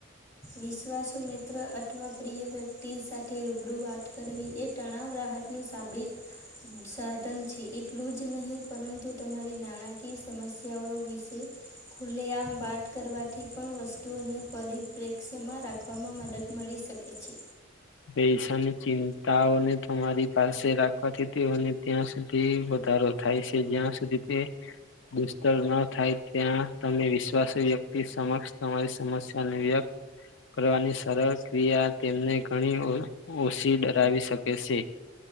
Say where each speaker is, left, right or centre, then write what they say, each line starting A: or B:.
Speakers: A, on the left; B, on the left.
A: વિશ્વાસ મિત્ર અથવા પ્રિય વ્યક્તિ સાથે રૂબરૂ વાત કરવી એ તણાવ રા હતા આપનું સાબિત સાધન છે એટલું જ નહીં પરંતુ તમારી નાણાકીય સમસ્યાઓ વિશે ખુલ્લે આમ વાત કરવાથી પણ વસ્તુઓને પરિ પ્રેક્ષમાં રાખવામાં મદદ મળી શકે છે
B: પૈસાની ચિંતાઓને તમારી પાસે રાખવાથી તેને ત્યાં સુધી વધારો થાય છે જ્યાં સુધી તે દુષ્તર ન થાય ત્યાં તમે વિશ્વાસ વ્યક્તિ સમક્ષ તમારી સમસ્યાને વ્યક્ત કરવાની સરળ ક્રિયા તેમને ઘણી ઓછી ડરાવી શકે છે